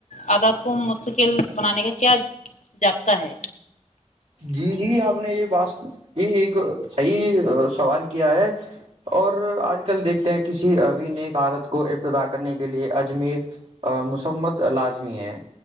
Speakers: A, on the left; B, on the right.
A: عادات کو مستقل بنانے کا کیا جابطہ ہے
B: جی جی آپ نے یہ بات یہ ایک صحیح سوال کیا ہے اور آج کل دیکھتے ہیں کسی ابھی نئے آادت کو ابتدا کرنے کے لیے اجمیر مسمت لازمی ہے